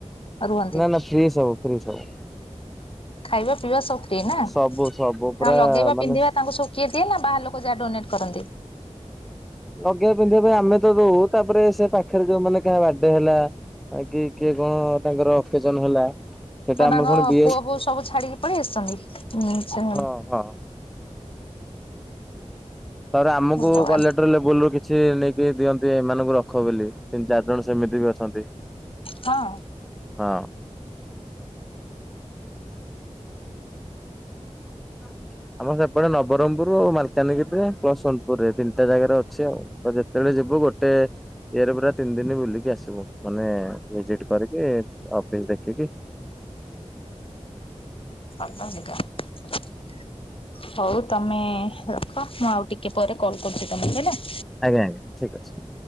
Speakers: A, on the left; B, in the centre.
A: ରୁହନ୍ତି
B: ନା ନା ଫ୍ରି ସବୁ ଫ୍ରି ସବୁ।
A: ଖାଇବା ପିଇବା ସବୁ ନା
B: ସବୁ ସବୁ ପୁରା
A: ନା ଲଗେଇବା
B: ମାନେ
A: ପିନ୍ଧିବା ତାଙ୍କୁ ସବୁ କିିଏ ଦିଏ ନା ବାହାର ଲୋକ ଯାହା ଡୋନେଟ୍ କରନ୍ତି।
B: ଲଗେଇବା ପିନ୍ଧିବା ପାଇଁ ଆମେ ତ ଦଉ ତାପରେ ସେ ପାଖରେ ଯୋଉ ମାନେ କାହା ବାର୍ଡେ ହେଲା ଆ କି କିଏ କଣ ତାଙ୍କର ଅକେଜନ ହେଲା ସେଟା
A: ତ ତାଙ୍କ
B: ଆମର ପୁଣି ବି
A: ପୁଅ ପୁଅ ସବୁ ଛାଡିକି ପଳେଇ ଆସିଛନ୍ତି ସେ
B: ହଁ ହଁ। ତାପରେ ଆମକୁ
A: ଭଗବାନ
B: କଲେକ୍ଟର ଲେବୁଲରୁ କିଛି ନେଇକି ଦିଅନ୍ତି ଏମାନଙ୍କୁ ରଖ ବୋଲି ତିନି ଚାରି ଜଣ ସେମିତି ବି ଅଛନ୍ତି।
A: ହଁ।
B: ହଁ। ହଁ କିଏ ଆମର ସେପଟେ ନବରଙ୍ଗପୁର ମାଲକାନଗିରିରେ ସୋନପୁରରେ ତିନିଟା ଜାଗାରେ ଅଛି ଆଉ। ତ ଯେତେବେଳେ ଯିବୁ ଗୋଟେ ଇରେ ପୁରା ତିନି ଦିନ ବୁଲିକି ଆସିବୁ ମାନେ ଭିଜିଟ କରିକି ଅଫିସ ଦେଖିକି
A: <unintelligible> ହଉ ତମେ ରଖ ମୁଁ ଆଉ ଟିକେ ପରେ କଲ୍ କରୁଛି ତମକୁ ହେଲା।
B: ଆଜ୍ଞା ଆଜ୍ଞା ଠିକ୍ ଅଛି।